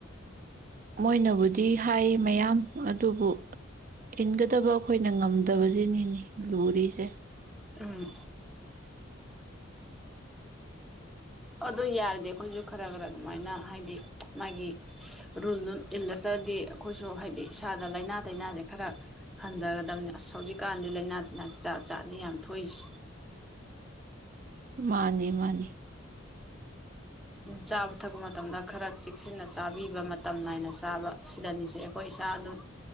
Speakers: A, on the right; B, in the centre.
A: ꯃꯣꯏꯅꯕꯨꯗꯤ ꯍꯥꯏ ꯃꯌꯥꯝ ꯑꯗꯨꯕꯨ ꯏꯟꯒꯗꯕ ꯑꯩꯈꯣꯏꯅ ꯉꯝꯗꯕꯁꯤꯅꯤꯅꯤ ꯂꯨꯔꯤꯁꯦ
B: ꯎꯝ ꯑꯗꯨ ꯌꯥꯔꯗꯤ ꯑꯩꯈꯣꯏꯁꯨ ꯈꯔ ꯈꯔ ꯑꯗꯨꯃꯥꯏꯅ ꯍꯥꯏꯗꯤ ꯃꯥꯒꯤ ꯔꯨꯜ ꯏꯜꯂ ꯆ꯭ꯔꯗꯤ ꯑꯩꯈꯣꯏꯁꯨ ꯍꯥꯏꯗꯤ ꯏꯁꯥꯗ ꯂꯥꯏꯅꯥ ꯇꯤꯟꯅꯥꯁꯦ ꯈꯔ ꯍꯟꯊꯒꯗꯝꯕꯅꯤ ꯑꯁ ꯍꯧꯖꯤꯛꯀꯥꯟꯗꯤ ꯂꯥꯏꯅꯥ ꯇꯤꯟꯅꯥꯁꯦ ꯆꯥ ꯆꯥꯅꯤ ꯌꯥꯝ ꯊꯣꯛꯏꯁꯦ
A: ꯃꯥꯅꯦ ꯃꯥꯅꯦ
B: ꯑꯗꯨ ꯆꯥꯕ ꯊꯛꯄ ꯃꯇꯝꯗ ꯈꯔ ꯆꯦꯛꯁꯤꯟꯅ ꯆꯥꯕꯤꯕ ꯃꯇꯝ ꯅꯥꯏꯅ ꯆꯥꯕ ꯁꯤꯗꯅꯤꯁꯦ ꯑꯩꯈꯣꯏ ꯏꯁꯥ ꯑꯗꯨꯝ